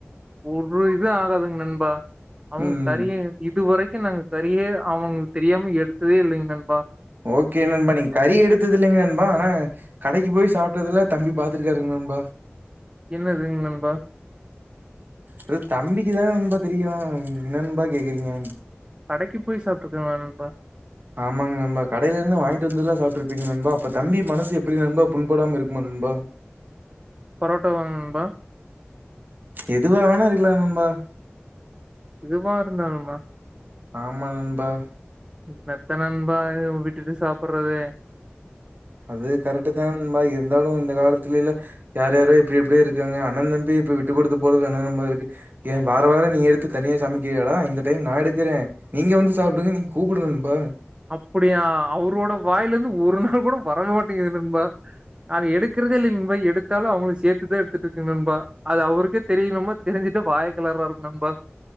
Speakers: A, on the right (about 25°); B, on the right (about 50°).
A: ஒரு இது ஆகாதுங் நண்பா அவங்க
B: ம்.
A: கறிய இதுவரைக்கு நாங்க கறியே அவன்க்கு தெரியாம எடுத்ததே இல்லைங்க நண்பா
B: ஓகே நண்பா நீங்க கறி எடுத்ததுல்லைங்க நண்பா ஆனா கடைக்கு போய் சாப்ட்துல்லா தம்பி பாத்துருக்காருங்க நண்பா
A: என்னதுங் நண்பா
B: அது தம்பிக்குதா நண்பா தெரியு என்ன நண்பா கேக்குறீங்க
A: கடைக்கு போய் சாப்ட்டுருக்கங்க நண்பா
B: ஆமாங்க நண்பா கடையில இருந்து வாங்கிட்டு வந்துல்லா சாப்ட்டுருப்பீங்க நண்பா அப்ப தம்பி மனசு எப்படி நண்ப புன்படாம இருக்குமா நண்பா
A: பரோட்டா வா நண்பா
B: எதுவா வேணா இருக்கலா நண்பா
A: எதுவா இருந்தாலும்மா
B: ஆமா நண்பா
A: என்னத்த நண்பா விட்டுட்டு சாப்புட்றது
B: அது கரெக்டு தான நண்பா இருந்தாலு இந்த காலத்துலேல்ல யார் யாரோ எப்டி எப்டியோ இருக்காங்க அண்ண தம்பி இப்ப விட்டு குடுத்து போறது என்ன நம்பா இருக்கு ஏ வார வார நீ எடுத்து தனியா சமைக்கிறியடா இந்த டைம் நா எடுக்குறே நீங்க வந்து சாப்டுங்க நீங்க கூப்டு நண்பா
A: அப்படியா அவரோட வாயில இருந்து ஒரு நாள் கூட வரவே மாட்டேங்குது நண்பா அது எடுக்கறதே இல்லங் நண்பா எடுத்தாலு அவுங்களுக்கு சேத்துதா எடுத்துட்டு இருக்கங் நன்பா அது அவருக்கே தெரியணும்மா தெரிஞ்சுட்டு வாய கலராருங் நண்பா